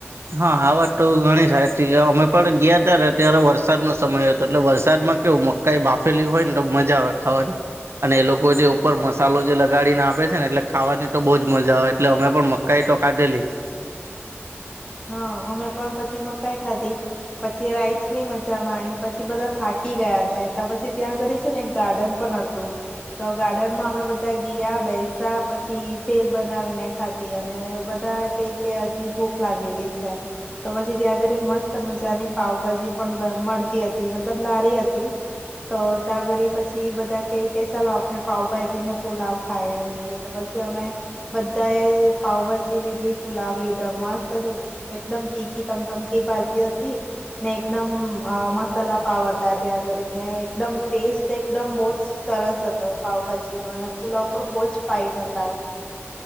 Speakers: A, on the right (about 65°); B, on the left (about 20°).
A: હા આ વાત તો ઘણી સાચી છે. અમે પણ ગયાતા ને ત્યારે વરસાદનો સમય હતો. એટલે વરસાદમાં કેવું મકાઈ બાફેલી હોય ને તો મજા આવે ખાવાની. અને એ લોકો જે ઉપર મસાલો જે લગાડીને આપે છે ને એટલે ખાવાની તો બહુ જ મજા આવે, એટલે અમે પણ મકાઈ તો ખાધેલી જ.
B: હા અમે પણ પછી મકાઈ ખાધી, પછી રાઈસ ની મજા માણી, પછી બધા થાકી ગયા હતા. એ પછી ત્યાં આગરી છે ને એક ગાર્ડન પણ હતું, તો ગાર્ડનમાં અમે બધા ગયા બેસા્યા, પછી ભેલ બનાવીને ખાધી અને બધા કે કે હજી ભૂખ લાગેલી છે તો, પછી ત્યાં આગળ મસ્ત મજાની પાાવભાજી પણ મળતી હતી. મતલબ લારી હતી. તો ત્યાંગરે પછી બધા કે કે ચાલો આપણે પાાવભાજી ને પુલાવ ખાય, એમ કે તો પછી અમે બધા એ પાઉભાજી લીધી પુલાવ લીધો મસ્ત એકદમ તીખી ટમટમટી ભાજી હતી ને, એકદમ મસાલા પાવ હતા. ત્યાં કરીને એકદમ ટેસ્ટ એકદમ બહ જ સરસ હતો પાવભાજી નો, અને પુલાવ પણ બહું જ ફાઇન હતા.